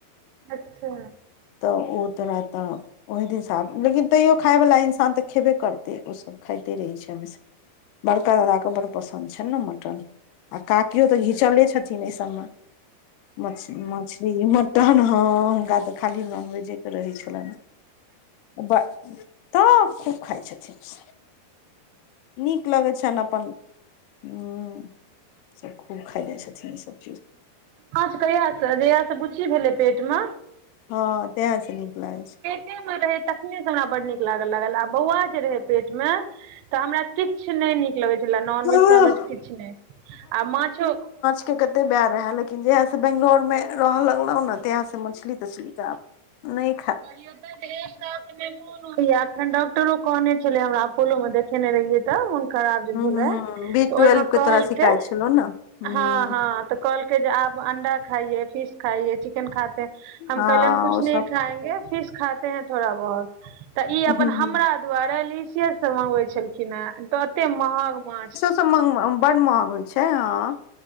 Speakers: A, on the right; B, on the left.
A: अच्छा
B: त ओ तोरा त ओहि दिनसँ आब लेकिन तैओ खायवला इंसान तऽ खेबे करतै ओसभ खाइते रहै छै हमेशा। बड़का दादा के बड़ पसन्द छनि ने मटन आ काकीयो तऽ घिचले छथिन एहि सभमे। मछ मछली मटन हां हुनका तै खाली नॉनवेजे के रहय छलैन। ब त खूब खाइ छथिन उ सब नीक लगय छैन अपन हुं ई सब खूब खाइ जाए छै। थिन ई सब चीज
A: अच्छा कहिया से जहिया से बुच्ची भेलय पेट मे
B: हां तहे से नीक लागय छै।
A: टे मे रहय तखने से हमरा बड्ड नीक लागय लागल आ बौआ जे रहय पेट मे तऽ हमरा किछ नै नीक लगय छलए नॉनवेज
B: छै
A: तोनवेज किछ नै आ माछो
B: कते कते वैह रहय लेकिन जहिया से बंगलोर मे र ह लगलौ नै तहिया से मछली-तछली के आब नै।
A: कहलिए ओता जे एक सौ के <unintelligible> होय यै ऐखन डॉक्टरो कहनै छले हमरा अपोलो मे देखेनै रहियै। तब हुनकर आब जे
B: ह
A: भेलय
B: बी
A: तऽ
B: ट्वेल्व
A: ओय मे
B: के
A: कहलके
B: तोरा शिकायत छलौ ने ह
A: हां-हां। तऽ कहलकै जे आप अंडा खाइये, पिस खाइये, चिकेन खाते हैं हम
B: हँ
A: कहलिए हम कुछ
B: ओ
A: नहीं
B: सब
A: खाएंगे फिश खाते हैं थोड़ा बहुत तऽ ई अपन
B: ह
A: हमरा दुआरे लीसे से मंगवे छलखिन हें तते महग माछ
B: से मंग अ बड महग होय छै हां